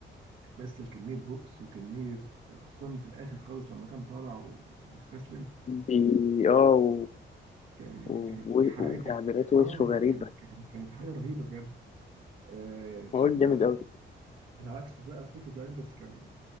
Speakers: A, on the right (about 85°); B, on the left (about 35°).
A: بس الكمية بؤس وكمية خصوصا في الآخر خالص لما كان طالع و- ومستسلم
B: بي اه و...
A: كان
B: و...
A: كانت
B: و-
A: حاجة
B: وتعبيرات وشه
A: آه
B: غريبة
A: كانت كانت كانت حاجة رهيبة بجد آه شوف
B: هو جامد
A: بقى في
B: أوي
A: العكس بقى في بيكي بلايندرز كان